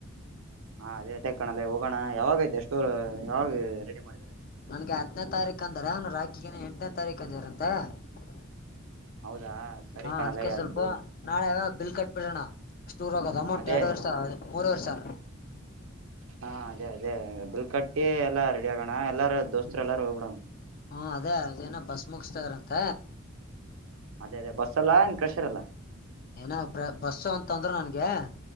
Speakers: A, on the right (about 75°); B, on the left (about 45°).
A: ಹಾ ಅದೇ ಅದ ಕಣಲೆ ಹೋಗೋಣ ಯಾವಾಗ ಐತೆ ಸ್ಟೂರ್ ಯಾವಾಗ ರೆಡಿ ಮಾಡಿದರೆ
B: ನನ್ಗೆ ಹತ್ತನೇ ತಾರೀಕ ಅಂದಾರ ಅವನು ರಾಕಿಗೇನ ಎಂಟನೇ ತಾರೀಕ ಅಂದರಂತ <unintelligible>
A: ಹೌದಾ ಸರಿ
B: ಹಾ
A: ಕಣಲೆ
B: ಅದಕ್ಕೆ ಸ್ವಲ್ಪ
A: ಆಯ್ತು
B: ನಾಳೆ ಬಿಲ್ ಕಟ್ಬಿಡೋಣ. ಟೂರ್ ಆಗದು ಅಮೌಂಟ್
A: ಅದೇ
B: ಎರಡು ವರ್ಷ ಮೂರು ವರಿಸ <unintelligible>
A: ಹಾ ಅದೇ ಅದೇ ಬಿಲ್ ಕಟ್ಟಿ ಎಲ್ಲಾ ರೆಡಿ ಆಗೋಣ ಎಲ್ಲಾರ ದೋಸ್ತರು ಎಲ್ಲಾರೂ ಹೋಗ್ಬಿಡಣ.
B: ಹಾ ಅದೇ ಅದೇನ ಬಸ್ ಮುಗಿಸ್ತದರಂತ
A: ಅದೇ ಅದೇ ಬಸ್ ಅಲ್ಲಾ ಎನ್ ಕ್ರೆಷರ್ಲ್ಲ
B: ಏನ ಬಸ್ಸ ಅಂತಂದರು ನನ್ಗೆ